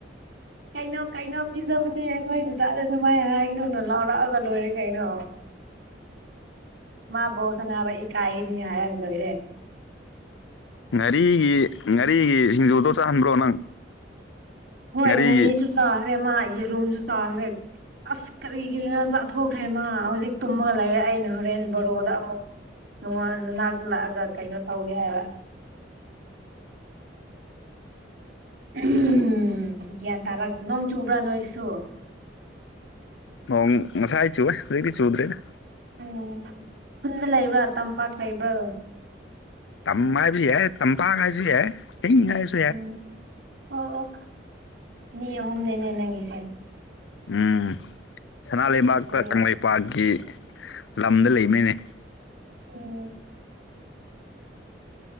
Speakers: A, on the right (about 70°); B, on the left (about 80°).
A: ꯀꯩꯅꯣ ꯀꯩꯅꯣ ꯄꯤꯖꯕꯅꯦ ꯑꯩꯈꯣꯏ ꯗꯥꯗꯥ ꯑꯗꯨ ꯃꯥꯏ ꯍꯥꯏꯅꯨꯅ ꯂꯥꯎꯔꯛꯑꯒ ꯂꯣꯏꯔꯦ ꯀꯩꯅꯣ ꯃꯥ ꯕꯣꯜ ꯁꯥꯟꯅꯕ ꯏꯀꯥꯏꯒꯤꯅꯤ ꯍꯥꯏꯔ ꯂꯣꯏꯔꯦ
B: ꯉꯥꯔꯤꯒꯤ ꯉꯥꯔꯤꯒꯤ ꯁꯤꯡꯖꯨꯗꯣ ꯆꯥꯍꯟꯕ꯭ꯔꯣ ꯅꯪ
A: ꯍꯣꯏ
B: ꯉꯥꯔꯤꯒꯤ
A: ꯉꯥꯔꯤꯁꯨ ꯆꯥꯈ꯭ꯔꯦ ꯃꯥ ꯌꯦꯔꯨꯝꯁꯨ ꯆꯥꯈ꯭ꯔꯦ ꯑꯁ ꯀꯔꯤꯒꯤꯅ ꯆꯥꯊꯣꯛꯈ꯭ꯔꯦ ꯃꯥ ꯍꯧꯖꯤꯛ ꯇꯨꯝꯃꯒ ꯂꯩꯔꯦ ꯑꯩꯅ ꯍꯣꯔꯦꯟ ꯕꯣꯔꯣꯗ ꯑꯃꯨꯛ ꯅꯅꯥꯛꯇ ꯂꯛꯑꯒ ꯀꯩꯅꯣ ꯇꯧꯒꯦ ꯍꯥꯏꯕ ꯎꯝ ꯒ꯭ꯌꯥꯟ ꯇꯥꯔꯛ ꯅꯣꯡ ꯆꯨꯕ꯭ꯔꯥ ꯅꯣꯏꯁꯨ
B: ꯅꯣꯡ ꯉꯁꯥꯏ ꯆꯨꯋꯦ ꯍꯧꯖꯤꯛꯇꯤ ꯆꯨꯗ꯭ꯔꯦꯗ
A: ꯎꯝ ꯈꯨꯟꯇ ꯂꯩꯕ꯭ꯔꯥ ꯇꯝꯄꯥꯛ ꯂꯩꯕ꯭ꯔꯥ
B: ꯇꯝ ꯍꯥꯏꯕ ꯌꯥꯏ ꯇꯝꯄꯥꯛ ꯍꯥꯏꯔꯁꯨ ꯌꯥꯏ ꯆꯤꯡ ꯍꯥꯏꯔꯁꯨ
A: ꯎꯝ ꯑꯣ ꯑꯣ ꯃꯤ ꯑꯍꯨꯝꯅꯤꯅꯦ ꯅꯪꯒꯤꯁꯦ
B: ꯎꯝ ꯁꯅꯥ ꯂꯩꯕꯥꯛꯇ
A: ꯑꯣ
B: ꯀꯪꯂꯩꯄꯥꯛꯀꯤ ꯂꯝꯗ ꯂꯩꯕꯅꯤꯅꯦ
A: ꯑꯣ